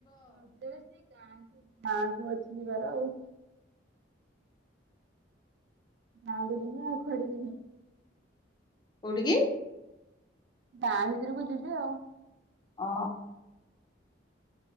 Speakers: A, on the right; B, on the left.
A: ରଜରେ ସେ ଗାଁକୁ, ଗାଁକୁ ଅଛି ଯିବାର ଆଉ। ଗାଁ, କୁ ଯିବି ଆଉ କୁଆଡେ ଯିବି।
B: କୋଉଠି କି?
A: ଗାଁ ଭିତରକୁ ଯିବି ଆଉ।
B: ଓହୋ।